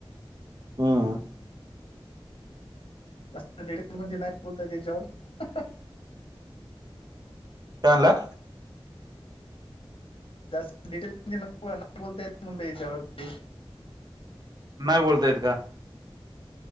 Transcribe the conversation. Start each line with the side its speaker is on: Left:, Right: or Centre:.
Right: हम्म
Left: जास्त डिटेल मध्ये नाई बोलता येत याच्यावर.
Right: काय म्हणला?
Left: जास्त डिटेल न नाही बोलता येत मनल याच्यावरती. <unintelligible>
Right: नाही बोलता ‌येत का?